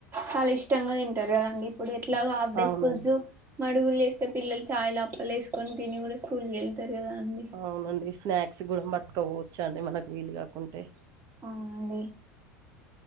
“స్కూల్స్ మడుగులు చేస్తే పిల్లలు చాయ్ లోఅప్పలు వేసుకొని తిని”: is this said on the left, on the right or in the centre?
Right